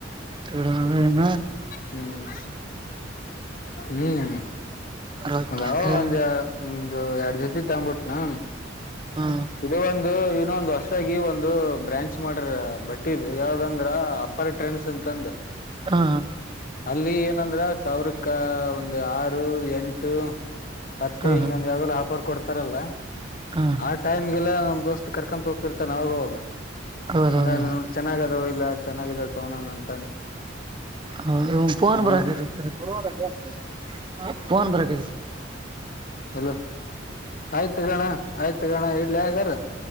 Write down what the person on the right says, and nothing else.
ಹನ
ರೊಕ್ಕ
ಹಾ
ಹಾ
ಹಾ
ಹಾ
ಹಾ
ಹೌದೌದು
ಹ ಪೋನ ಬರ
ಕತೈತಿ
ಫೋನ್ ಬರಕ